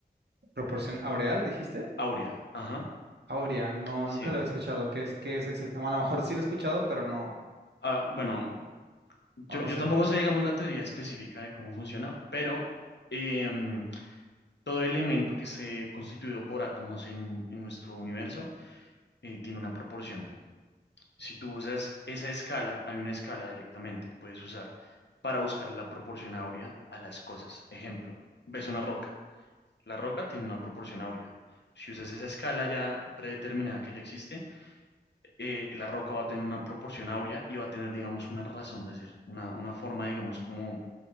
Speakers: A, on the right (about 75°); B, on the left (about 85°).
A: ¿Proporción aureal, dijiste?
B: Áurea, ajá,
A: Aurea, no,
B: sí.
A: nunca lo había escuchado. ¿Qué es, qué es exactamente? A lo mejor sí lo he escuchado, pero no,
B: Ah, bueno, yo,
A: o no
B: yo
A: sé.
B: tampoco sé, digamos, la teoría específica de cómo funciona, pero em, todo elemento que se constituido por átomos en, en nuestro universo eh, tiene una proporción. si tú usas esa escala, hay una escala directamente que puedes usar para buscar la proporción áurea a las cosas. Ejemplo, ves una roca. La roca tiene una proporción áurea. Si usas esa escala ya predeterminada que ya existe, eh, la roca va a tener una proporción áurea y va a tener, digamos, una razón de ser, una, una forma, digamos, como